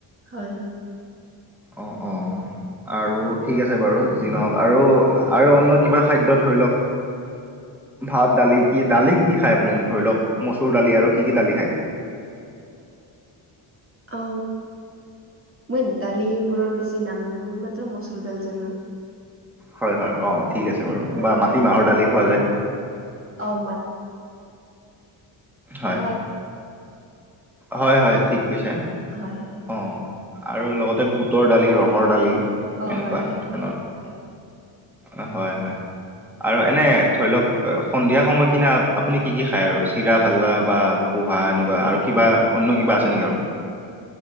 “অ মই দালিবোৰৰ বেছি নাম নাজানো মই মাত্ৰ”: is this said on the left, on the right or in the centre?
Right